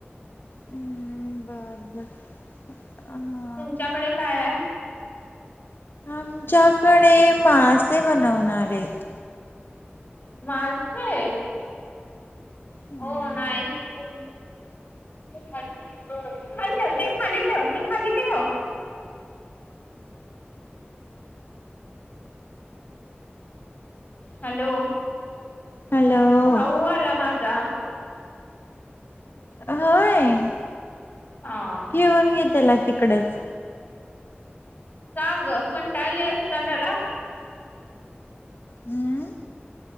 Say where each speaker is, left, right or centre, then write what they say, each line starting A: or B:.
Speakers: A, on the left; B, on the left.
A: हम् बर बर ह.
B: तुमच्याकडे काय आहे?
A: आमच्याकडे मासे बनवणार आहेत.
B: मासे?
A: हम्म.
B: ओ नाईस. <unintelligible> खाली ठेव ते खाली ठेव ते खाली ठेव. हॅलो
A: हॅलो
B: भाऊ आला माझा.
A: होय.
B: ह.
A: ठेवून घे त्याला तिकडेच.
B: का ग? कंटाळली आहेस का त्याला.
A: हम्म